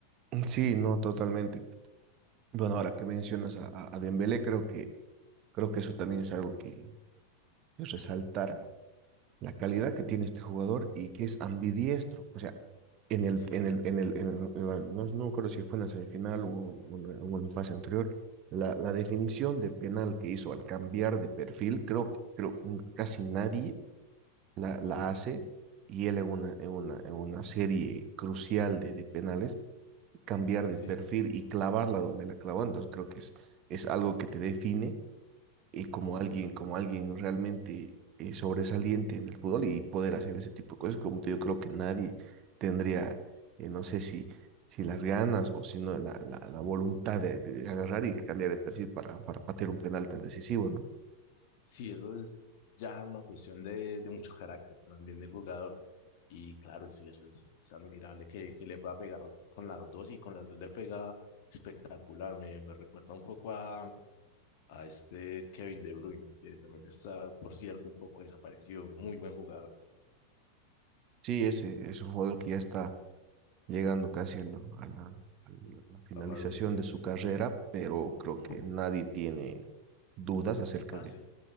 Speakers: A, on the right; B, on the left.
A: Sí, no, totalmente. Bueno, ahora que mencionas
B: Sí,
A: a, a a Dembélé, creo que, creo que eso también es algo que es resaltar la calidad
B: sí,
A: que tiene este jugador y que es ambidiestro. O sea, en el,
B: sí,
A: en el, en el, en el- en la- no, no me acuerdo si fue en la semifinal o, o en la o en la fase anterior, la, la definición
B: ujú,
A: de penal que hizo al cambiar de perfil, creo que creo, mm, casi nadie la, la hace y él en una, en una, en una serie crucial de, de penales, cambiar de
B: sí,
A: perfil y clavarla donde la clavó. Entonces creo que es, es algo que te define eh, como
B: ujú.
A: alguien, como alguien realmente eh, sobresaliente en el fútbol y poder hacer ese tipo de cosas. Como te digo, creo que nadie tendría, eh, no sé si, si las ganas o si no la, la, la voluntad de, de agarrar y cambiar de perfil para, para patear un penal tan decisivo, ¿no?
B: Sí, eso es ya una cuestión de, de mucho carácter también del jugador. Y claro, sí, eso es, es admirable que, que le pueda pegar con las dos y con las dos le pega espectacular. Me, me recuerda un poco a, a este Kevin De Bruyne, que también está, por cierto, un poco desaparecido, un muy buen jugador,
A: Sí, ese es un jugador que ya está llegando casi a la, a la, a la finalización
B: la madurez, sí.
A: de su carrera, pero creo
B: Ujú,
A: que nadie tiene dudas acerca
B: Se pase,
A: de